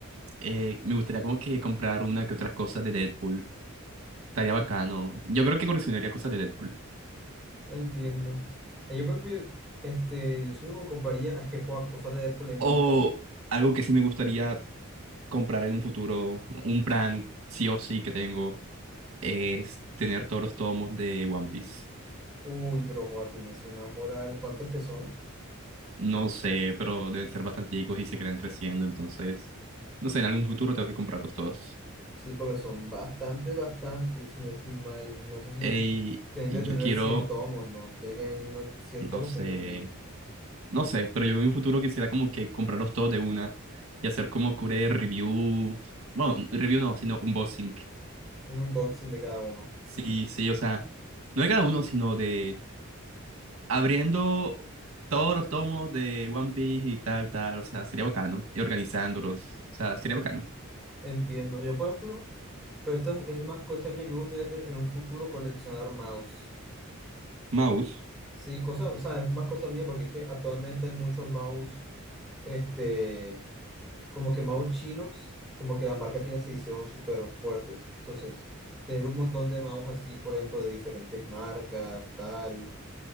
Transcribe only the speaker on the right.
eh, me gustaría como que comprar una que otras cosas de Deadpool. Estaría bacano. Yo creo que coleccionaría cosas de Deadpool.
O algo que sí me gustaría comprar en un futuro, un plan sí o sí que tengo, es tener todos los tomos de One Piece.
No sé, pero deben ser bastanticos y se quedan creciendo, entonces, no sé, en algún futuro tengo que comprarlos todos.
Ey,
y
yo quiero,
no
sé.
No sé, pero yo en un futuro quisiera como que comprarlos todos de una y hacer como cure review, bueno, review no, sino unboxing.
Sí, sí, o sea, no de cada uno, sino de abriendo todos los tomos de One Piece y tal, tal, o sea, sería bacano, y organizándolos, o sea, sería bacano.
Mouse.